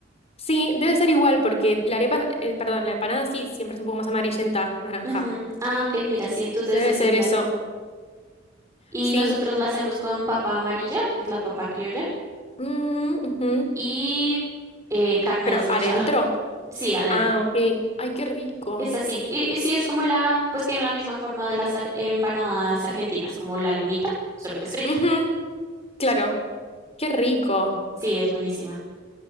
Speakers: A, on the left (about 30°); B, on the right (about 15°).
A: Sí, debe ser igual porque la arepa, eh, perdón, la empanada sí, siempre es un poco más amarillenta, naranja.
B: Ujú. Ah, ok, mira, sí, entonces
A: Debe
B: debe ser similar.
A: ser eso.
B: Y
A: Sí.
B: nosotros la hacemos con papa amarilla, que es la papa criolla,
A: Mm, ujú.
B: y eh, carne
A: Pero
B: desmechada.
A: adentro.
B: Sí, adentro.
A: Ah, ok. Ay, qué rico.
B: Es así. Y, y sí, es como la, pues tiene la misma forma de las ar- empanadas argentinas, como la lunita, solo que es frita.
A: Ujú, Claro, qué rico.
B: Sí, es buenísima.